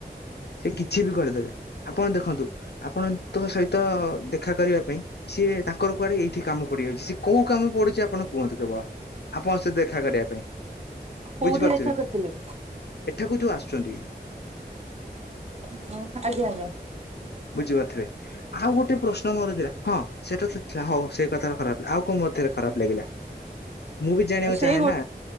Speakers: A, on the left (about 75°); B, on the right (about 40°).
A: ସେ କିଛି ବି କରିଦେବେ। ଆପଣ ଦେଖନ୍ତୁ, ଆପଣ ତାଙ୍କ ସହିତ ଦେଖା କରିବା ପାଇଁ ସିଏ ତାଙ୍କର କୁଆଡେ ଏଇଠି କାମ ପଡିଯାଉଛି। ସେ କୋଉ କାମ ପଡୁଛି ଆପଣ କୁହନ୍ତୁ। କେବଳ ଆପଣ ସେ ଦେଖା କରିବା ପାଇଁ।
B: କୋଉଠି
A: ବୁଝିପାରୁଥିବେ
B: ଦେଖା କରିଥିଲେ?
A: ଏଠାକୁ ଯୋଉ ଆସୁଛନ୍ତି
B: ହଁ ।ଆଜ୍ଞା, ଆଜ୍ଞା।
A: ବୁଝିପାରୁଥିବେ। ଆଉ ଗୋଟେ ପ୍ରଶ୍ନ ମୋର ଥିଲା। ହଁ, ସେଟା ତ ଥିଲା। ହଉ ସେଇ କଥା ଖରାପଥିଲା ଆଉ କଣ ରେ, ଖରାପ ଲାଗିଲା। ମୁଁ ବି ଜାଣିବାକୁ
B: ସେଇ
A: ଚାହେଁ
B: ଗୋ
A: ନା